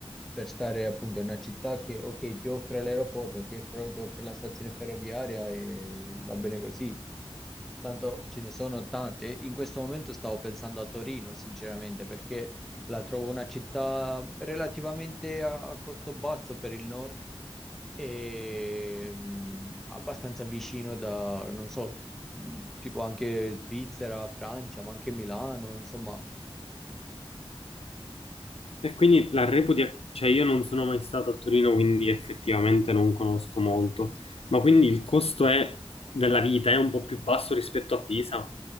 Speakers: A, in the centre; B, on the left (about 80°).
A: per stare appunto in una città che, ok, ti offre l'aeroporto, ti offre, ti offre la stazione ferroviaria e va bene così. Tanto ce ne sono tante. In questo momento stavo pensando a Torino, sinceramente, perché la trovo una città relativamente a a costo basso per il nord e mm, abbastanza vicino da, non so tipo anche Svizzera, Francia, ma anche Milano, insomma.
B: E quindi la reputi, cioè io non sono mai stato a Torino, quindi effettivamente non conosco molto, ma quindi il costo è- della vita è un po' più basso rispetto a Pisa?